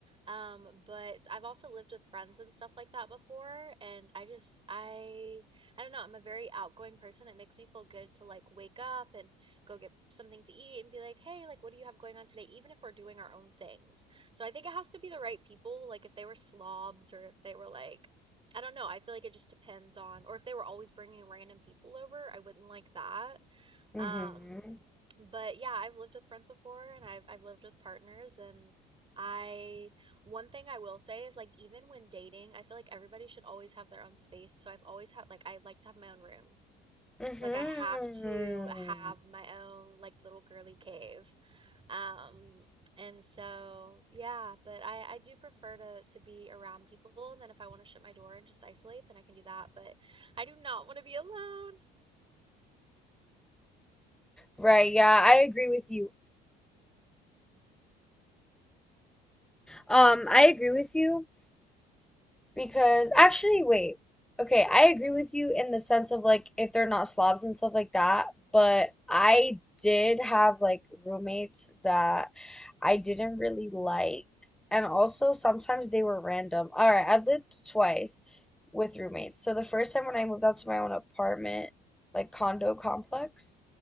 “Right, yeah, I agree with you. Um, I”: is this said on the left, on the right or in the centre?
Centre